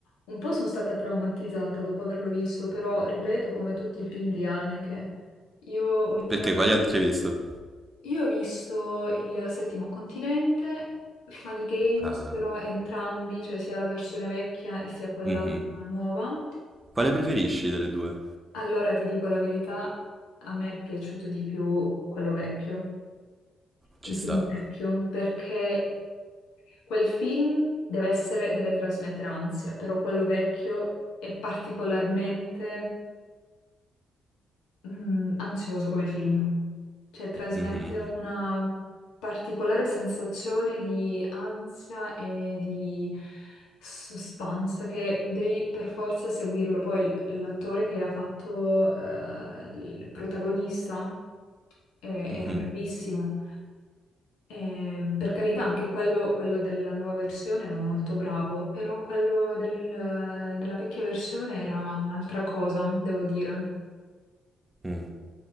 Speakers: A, on the left; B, on the right.
A: un po' sono stata traumatizzata dopo averlo visto, però ripeto, come tutti i film di Haneke, io ultimamente
B: Perché quali altri hai visto?
A: io ho visto Il Settimo Continente, Funny Games,
B: Ah,
A: però entrambi, cioè sia la versione vecchia e sia quella
B: mhm.
A: nuova.
B: Quale preferisci delle due?
A: Allora ti dico la verità, a me è piaciuto di più quello vecchio,
B: Ci
A: il
B: sta.
A: film vecchio, perché Quel film deve essere, deve trasmettere ansia, però quello vecchio è particolarmente mm, ansioso come film, cioè trasmette
B: Mhm,
A: una particolare sensazione di ansia e di suspense che devi per forza seguirlo. Poi l- l'attore che ha fatto eh, il protagonista eh,
B: mhm,
A: era bravissimo. Ehm, per carità, anche quello, quello della nuova versione era molto bravo, però quello del- della vecchia versione era un'altra cosa, devo dire.
B: mm.